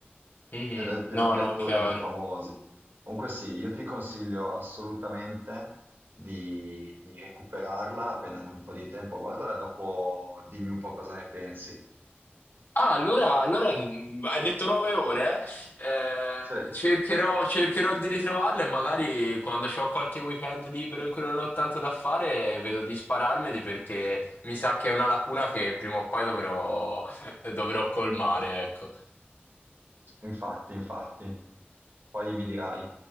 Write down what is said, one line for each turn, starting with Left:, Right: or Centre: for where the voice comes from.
Left: Mhm.
Right: ed è pieno
Left: No,
Right: di
Left: no,
Right: attori
Left: chiaro.
Right: anche famosi. Comunque sì, io ti consiglio assolutamente di, di recuperarla appena c'è un po' di tempo, guardala e dopo dimmi un po' cosa ne pensi.
Left: Ah, allora, allora mh, hai detto nove ore, eh?
Right: Sì,
Left: Eh, cercherò, cercherò di ritrovarle e magari quando ho qualche weekend libero in cui non ho tanto da fare, vedo di spararmeli perché mi sa che è una lacuna che prima o poi dovrò, dovrò colmare, ecco.
Right: infatti, infatti. Poi mi dirai.